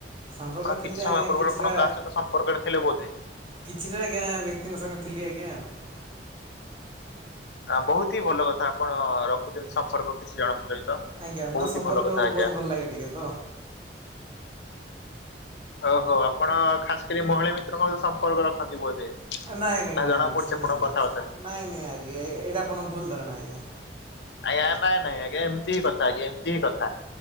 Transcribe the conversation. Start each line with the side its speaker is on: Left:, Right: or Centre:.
Right: ସମ୍ପର୍କ
Left: ଆପଣ
Right: ଥିଲି
Left: କିଛି ସମୟ
Right: ଆଜ୍ଞା
Left: ପୂର୍ବରୁ
Right: କିଛିଟା
Left: ଆପଣ କାହା ସହିତ ସମ୍ପର୍କ ରେ ଥିଲେ ବୋଧେ
Right: କିଛିଟା ଆଜ୍ଞା ବ୍ୟକ୍ତିଙ୍କ ସାଙ୍ଗ ଥିଲି ଆଜ୍ଞା ଆଉ।
Left: ନା ବହୁତ ହି ଭଲ କଥା ଆପଣ ରଖୁଛନ୍ତି ସମ୍ପର୍କ କିଛି ଜଣଙ୍କ ସହିତ
Right: ଆଜ୍ଞା
Left: ବହୁତ
Right: ମୋର ସମ୍ପର୍କ
Left: ହି ଭଲ କଥା
Right: ଅ
Left: ଆଜ୍ଞା।
Right: ବହୁତ ଭଲ ଲାଗେ ଟିକେ ତ
Left: ଓହୋ ଆପଣ ଖାସ କରି ମହିଳା ମିତ୍ର ସହିତ ବି ସମ୍ପର୍କ ରଖନ୍ତି ବୋଧେ
Right: ନାଇଁ ନାଇଁ
Left: ନା
Right: ନାଇଁ
Left: ଜଣା
Right: ନାଇଁ
Left: ପଡୁଛି
Right: ସେମିତି
Left: ଆପଣଙ୍କ କଥାବାର୍ତ୍ତାରୁ।
Right: ନାଇଁ ନାଇଁ ଆଜ୍ଞା ଏଇଟା ଆପଣ ଭୁଲ ଧରଣା ଆଜ୍ଞା
Left: ଆଜ୍ଞା ନାଇଁ ନାଇଁ ଆଜ୍ଞା ଏମିତି କଥା ଆଜ୍ଞା ଏମିତି କଥା।